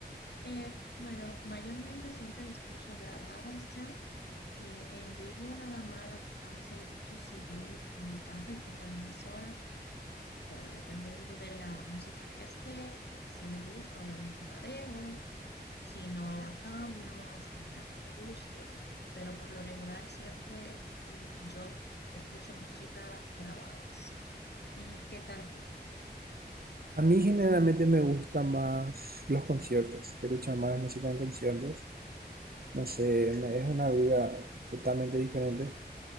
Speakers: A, on the left; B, on the right.
A: Eh, bueno, mayormente siempre la escucho grabadas ya Eh, en vivo nada más, la- a veces lo escucho si voy en el carro y pongo la emisora. Y bueno, dependiendo de la música que esté, si me gusta, obviamente la dejo. Si no, la cambio hasta una que me guste. Pero por lo regular siempre y yo escucho música grabadas. ¿Y qué tal tú?
B: A mí generalmente me gustan más los conciertos, escuchar más música en conciertos. No sé, me- es una vida totalmente diferente